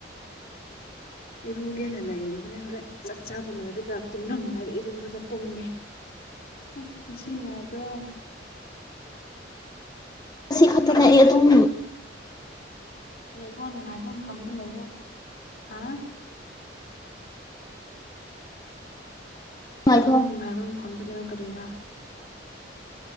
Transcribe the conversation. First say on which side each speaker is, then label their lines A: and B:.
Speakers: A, on the left; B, on the left.
A: ꯏꯔꯨꯒꯦꯅ ꯂꯩꯔꯤꯕꯅꯤ ꯍꯣꯔꯦꯟ ꯆꯥꯛ ꯆꯥꯕ ꯂꯣꯏꯔꯒ ꯇꯨꯝꯂꯝꯗꯥꯏꯗ ꯏꯔꯨꯔꯒ ꯇꯨꯝꯒꯦ ꯑꯦ ꯁꯤ ꯅꯨꯡꯉꯥꯏꯕ꯭ꯔꯣ
B: ꯑ <inaudible> ꯀꯁꯤ ꯈꯇꯔ ꯇꯨꯝ
A: ꯂꯩ ꯅꯨꯡꯉꯥꯏꯕ ꯃꯐꯝꯗ ꯂꯩꯔꯦ ꯍꯥ
B: ꯉꯥꯏꯈꯣ
A: ꯌꯦꯡꯉꯣ ꯅꯨꯡꯉꯥꯏꯕ ꯃꯐꯝꯗ ꯂꯩꯗꯔꯤꯔꯥ